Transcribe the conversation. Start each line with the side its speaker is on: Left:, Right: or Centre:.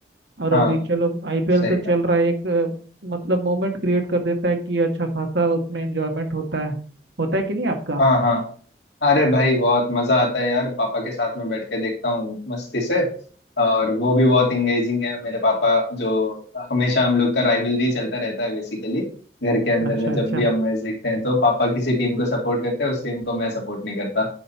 Right: और
Left: हाँ
Right: अभी चलो आईपीएल
Left: सही
Right: तो चल
Left: बात
Right: रहा है एक अ, मतलब मोमेंट क्रिएट कर देता है कि अच्छा खासा उसमें एंजॉयमेंट होता है होता है कि नहीं आपका
Left: हाँ हाँ अरे भाई बहुत मजा आता है यार पापा के साथ में बैठ के देखता हूँ मस्ती से और वो भी बहुत इंगेजिंग है मेरे पापा जो हमेशा हम लोग का राइवलरी चलता रहता है बेसिकली घर के अंदर
Right: अच्छा
Left: में जब
Right: अच्छा
Left: भी हम मैच देखते हैं तो पापा किसी टीम को सपोर्ट करते हैं उस टीम को मैं सपोर्ट नहीं करता